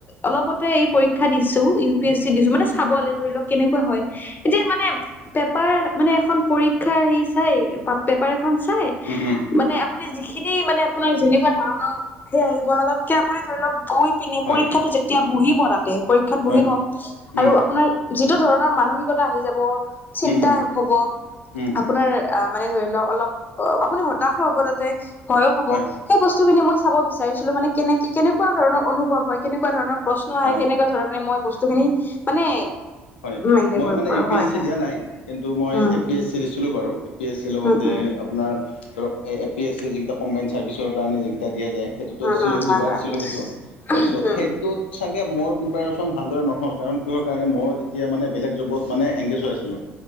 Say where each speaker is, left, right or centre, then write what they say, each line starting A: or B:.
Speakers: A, on the left (about 35°); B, on the left (about 85°).
A: অলপতে এই পৰী ক্ষা দিছোঁ, ইউ পি এছ চি দিছোঁ মান চাবলে ধৰি লক কেনেকুৱা হয়, এতিয়া মানে পেপাৰ মানে এখন পৰীক্ষাৰ হেৰি চাই পা-পেপাৰ এখন চাই
B: উম উম
A: মানে আপুনি যিখিনি মানে আপোনাৰ যেনেকুৱা ধৰণৰ সেই আহিব ন' তাতকে আপুনি ধৰি লওক গৈ পিনে
B: হয়
A: পৰীক্ষাটো যেতিয়া বহিব তাতে, পৰীক্ষাত
B: হয়
A: বহিব আৰু
B: উম
A: আপোনাৰ যিটো ধৰণৰ মানসিকতা আহি যাব, চিন্তা
B: উম উম
A: হ'ব
B: উম
A: আপোনাৰ আ, মানে ধৰি লওক অলপ অ' আপুনি হতাশ হ'ব তাতে, ভয়ো খা'ব।
B: হয়
A: সেই বস্তুখিনি মই চাব বিচাৰিছিলোঁ মানে কেনেকে, কেনেকুৱা ধৰণৰ অনুভৱ হয়, কেনেকুৱা ধৰণৰ প্ৰশ্ন আহে,
B: অঁ
A: কেনেকুৱা ধৰণে মই বস্তুখিনি মানে
B: হয়,
A: মেইনটেইন
B: মই
A: কৰিব
B: মানে
A: পাৰো
B: ইউ পি
A: হয়
B: এছ চি
A: হয়
B: দিয়া নাই কিন্তু মই
A: um
B: A P S C দিছিলোঁ বাৰু এ পি এছ চিৰ লগতে
A: উম উম
B: আপোনাৰ ধৰক এ পি এছ চিৰ যিকেইটা কম্বাইন চাৰ্ভিচৰ কাৰণে যিকেইটা দিয়া যায় সেইটোতো
A: উম
B: দিছিলোঁ,
A: উম হয়
B: দুবাৰ
A: হয়
B: দিছিলোঁ সেইটো তাৰপিছত
A: উম
B: সেইটোত চাগে মোৰ প্ৰিপাৰেচন ভালদৰে নহ নহ'ল কাৰণ কিহৰ কাৰণে মই তেতিয়া মানে বেলেগ জবত মানে এংগেজ হৈ আছিলোঁ,